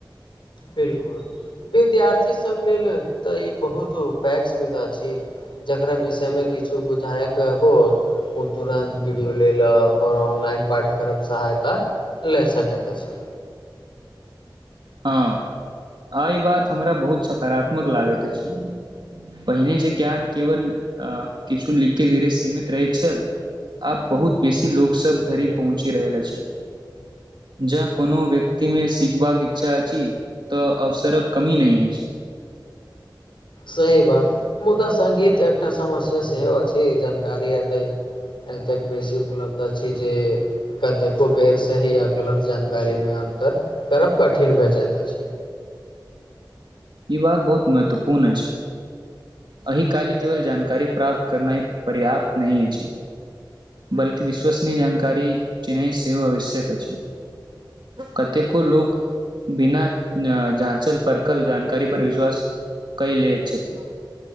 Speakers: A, on the left (about 80°); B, on the right (about 70°).
A: बिलकुल विद्यार्थीसभ लेल त ई बहुत पैघ सुविधा छै। जकरा विषयमे किछो बुझायके हो ओ तुरन्त वीडियो लै लए आओर ऑनलाइन पाठ्यक्रम सहायता लए सकैत अछि।
B: हँ आ ई बात हमरा बहुत सकारात्मक लागैत अछि। पहिने जे ज्ञान केवल किछु लिखके धीरे सीमित रहैत छल। आब बहुत बेसी लोक सब धरि पहुँचि रहल अछि जँ कोनो व्यक्ति मे सिखबाक इच्छा छी तऽ अवसर कमी नहि हो
A: सही बात मुदा सङ्गीत एकटा समस्या सेहो अछि जानकारी एतेक एतेक बेसी उपलब्ध अछि जे कतेको बेर सही आ गलत जानकारीमे अन्तर करब कठिन भए जाइत अछि।
B: ई बात बहुत महत्वपूर्ण अछि अहि काल केवल जानकारी प्राप्त करनाइ पर्याप्त नहिह अछि। बल्कि विश्वसनीय जानकारी चिन्नई सेव आवश्यक अछि कतेको लोक बिना झाँचल परकल जानकारी पर विश्वास कहि ले छथि